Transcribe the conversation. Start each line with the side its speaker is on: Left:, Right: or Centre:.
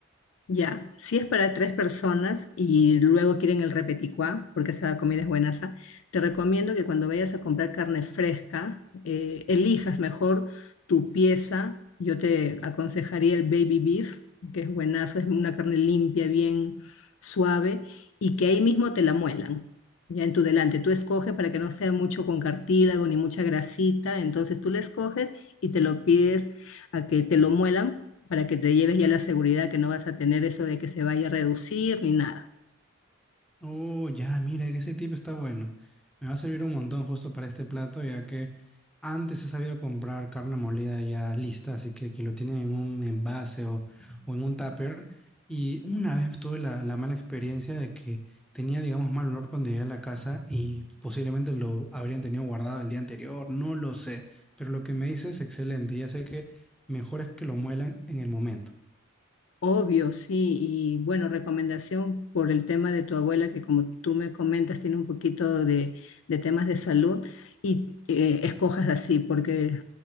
Left: Ya, si es para tres personas y luego quieren el repeticuá, porque esa comida es buenaza, te recomiendo que cuando vayas a comprar carne fresca, eh, elijas mejor tu pieza. Yo te aconsejaría el baby beef, que es buenazo, es una carne limpia, bien suave, y que ahí mismo te la muelan, ya en tu delante. Tú escoges para que no sea mucho con cartílago ni mucha grasita, entonces tú la escoges y te lo pides a que te lo muelan para que te lleves ya la seguridad que no vas a tener eso de que se vaya a reducir ni nada.
Centre: Oh, ya, mira, que ese tip está bueno. Me va a servir un montón justo para este plato, ya que antes he sabido comprar carne molida ya lista, así que aquí lo tienen en un envase o, o en un tupper. Y una vez tuve la, la mala experiencia de que tenía, digamos, mal olor cuando llegué a la casa y posiblemente lo habrían tenido guardado el día anterior, no lo sé. Pero lo que me dices es excelente, ya sé que mejor es que lo muelan en el momento.
Left: Obvio, sí, y bueno, recomendación por el tema de tu abuela, que como tú me comentas, tiene un poquito de, de temas de salud, y eh, escojas así, porque